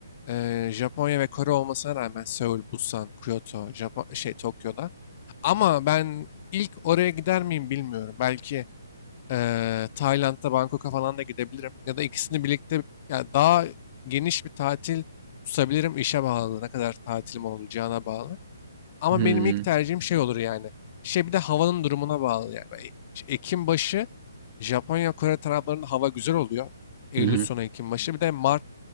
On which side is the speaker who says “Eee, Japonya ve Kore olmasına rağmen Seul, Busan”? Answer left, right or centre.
Left